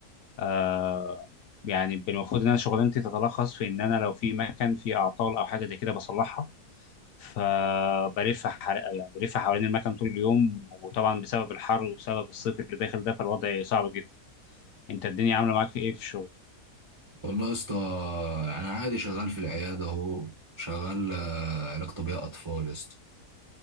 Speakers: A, on the left (about 70°); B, on the right (about 50°).
A: آه، يعني المفروض ان انا شغلانتي تتلخص في ان انا لو في مكان فيه اعطال او حاجه زي كده بصلحها فبلف حر... يعني بلف حوالين المكان طول اليوم وطبعا بسبب الحر وبسبب الصيف اللي داخل ده فالوضع صعب جدا انت الدنيا عامله معاك في ايه في الشغل
B: والله يا اسطى انا عادي شغال في العياده اهو شغال آه، علاج طبيعي اطفال يا اسطى